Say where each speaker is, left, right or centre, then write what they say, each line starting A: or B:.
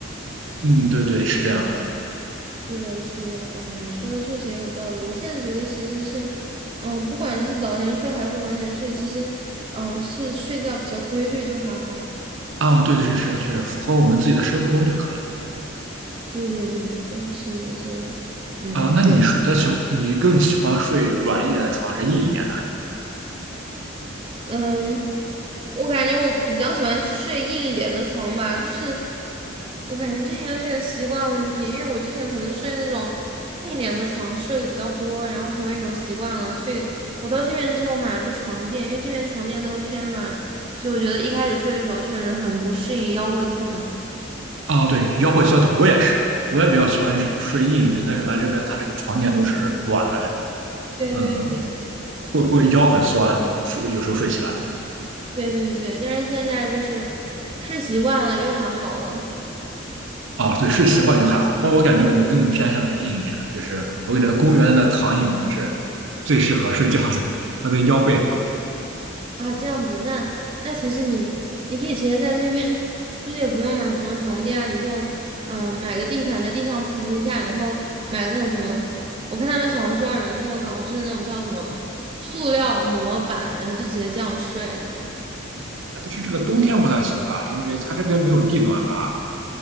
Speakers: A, on the right; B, on the right.
A: 嗯，对对，是这样的
B: 是的，是的，哎呀，你说的确实也有道理。我现在觉得其实是，嗯，不管是早点睡还是晚点睡，其实，嗯，是睡觉比较规律就还好。
A: 啊，对对是是啊，确实符合我们自己的生物钟就可以
B: 对对对对对，是的，是的，嗯，
A: 了啊。那你睡他喜，
B: 对。
A: 你更喜欢睡软一点的床还是硬一点
B: 嗯，我感觉我比较喜欢睡硬一点的床吧，就是我感觉这应该是一个习惯问题，因为我之前可能睡那种硬一点的床睡的比较多，然后成为一种习惯了，所以我到这边之后买了个床垫，因为这边床垫都偏软，所以我觉得一开始睡的时候确实很不适应，腰会痛。
A: 的？啊，对，腰会酸疼，我也是，我也比较喜欢睡硬一点，但是来这边它这个床垫都是软的那
B: 对对对
A: 种，嗯，会会腰很酸，
B: 对
A: 睡有时候睡起来。
B: 对对对，但是现在就是睡习惯了，又还好了。
A: 哦，对，是习惯就还好，但我感觉我更偏向于硬一点的，就是我感觉公园的那躺椅可能是最适合睡觉的，它对腰背好。啊
B: 啊，这样子，那那其实你你可以直接在这边，<laughs> 就是也不用买什么床垫啊，你就嗯买个地毯在地上铺一下，然后买个那种什么，我看他们小红书上有人这么搞，就是那种叫什么塑料模板，然后就直接这样睡
A: 但是这个冬天不太行吧，因为它这边没有地暖吧？